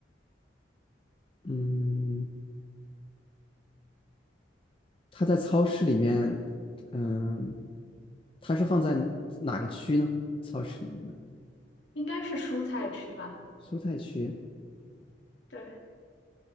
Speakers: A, on the left; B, on the left.
A: 嗯，它在超市里面，嗯，它是放在哪个区呢？超市里面的
B: 应该是蔬菜区吧？
A: 蔬菜区，
B: 对，